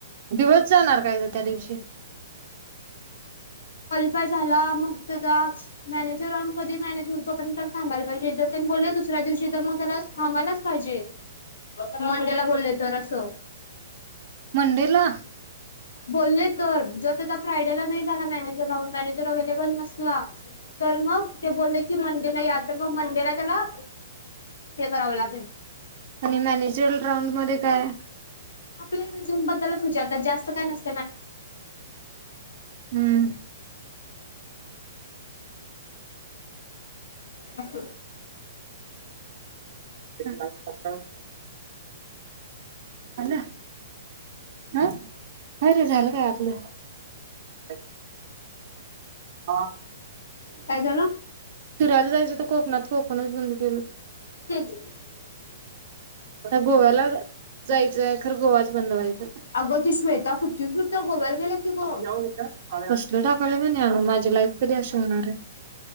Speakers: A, on the right; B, on the left.
A: दिवस जाणार काय ग त्या दिवशी?
B: मग काय झालं, म त्याचा मॅनेजर ऑन पदी मॅनेज तोपर्यंत तर थांबायला पाहिजे, जर त्यानी बोलले दुसऱ्या दिवशी तर म त्याला थांबायलाच पाहिजे मंडेला बोलले तर अस.
A: मंडेला.
B: बोलले तर जर त्या फ्रायडेला नाही झाला मॅनेजर राहून मॅनेजर अव्लेबल नसला. तर मग ते बोलले की मंडे नाही आत्ता म मंडेला त्याला हे करावं लागेल.
A: आणि मॅनेजरल राऊंड मध्ये काय हाय?
B: आपल्या रिझ्युम बद्दलच विचारता जास्त काय नस
A: हम्म.
B: अस.
A: कला खतम. झालं, अ काय रे झालं काय आपलं. <inaudible> हा.
B: काय झाल?
A: फिरायला जायचं तर कोकात कोकण बंद केेलंय.
B: <unintelligible>
A: गोव्याला जायचंय खरं गोवाच बंद व्हायचा.
B: अग ती श्वेता कीती फिरत्या गोव्याला- गेल्या की गं
A: <unintelligible> कसल टाकालं <unintelligible> माझ्या- लाईफ कधी अशी होणार हाय.